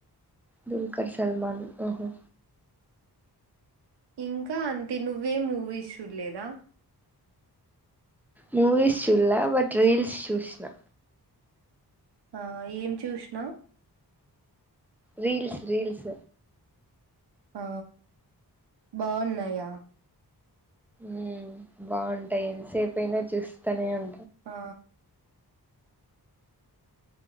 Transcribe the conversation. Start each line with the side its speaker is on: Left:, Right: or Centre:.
Centre: దుల్కర్ సల్మాన్ ఓహో
Right: ఇంక అంతే నువ్వేం మూవీస్ చూల్లేదా
Centre: మూవీస్ చూల్ల బట్ రీల్స్ చూస్నా
Right: ఆ ఏం చూశినవ్
Centre: రీల్స్ రీల్స్
Right: ఆ బావున్నాయా
Centre: మ్ బావుంటాయి ఎంతసేపైనా చూస్తానే ఉం
Right: ఆ